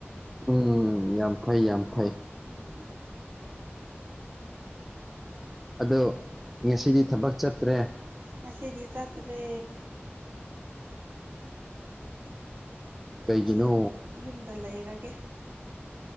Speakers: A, in the centre; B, on the right.
A: ꯎꯝ ꯌꯥꯝ ꯐꯩ ꯌꯥꯝ ꯐꯩ
B: ꯎꯝ
A: ꯑꯗꯣ ꯉꯁꯤꯗꯤ ꯊꯕꯛ ꯆꯠꯇ꯭ꯔꯦ
B: ꯉꯁꯤꯗꯤ ꯆꯠꯇꯔꯦ
A: ꯀꯩꯒꯤꯅꯣ
B: ꯉꯁꯤꯗꯤ ꯌꯨꯝꯗ ꯂꯩꯔꯒꯦ